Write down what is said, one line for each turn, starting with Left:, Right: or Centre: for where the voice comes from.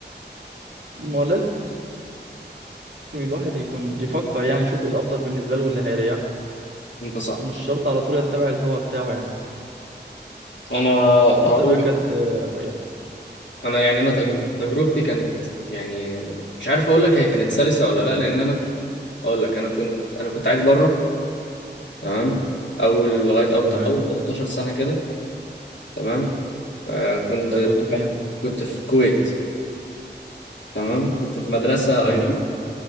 Right: ما هو لازم الواحد يكون يفكر يعني يشوف ايه الافضل بالنسبه له واللي هيريحه
Left: انت صح
Right: مش شرط على طول يتبع الهوا بتاعه يعني
Left: انا هقول
Right: انت بقى كانت آه، يعني
Left: انا يعني انا تج...
Right: امم
Left: تجربتي
Right: قول
Left: كانت يعني مش عارف اقول لك هي كانت سلسه ولا لا لان انا اقول لك انا كنت انا كنت عايش بره تمام اول لغايه اول
Right: تمام
Left: اول 13 سنه كده تمام آه كنت
Right: انت كنت فين
Left: كنت في الكويت تمام كنت في مدرسه
Right: تمام
Left: اي جي